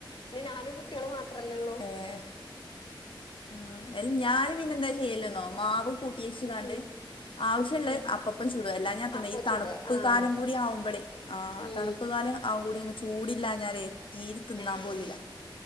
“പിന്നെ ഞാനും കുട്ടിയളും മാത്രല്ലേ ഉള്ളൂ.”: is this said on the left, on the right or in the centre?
Left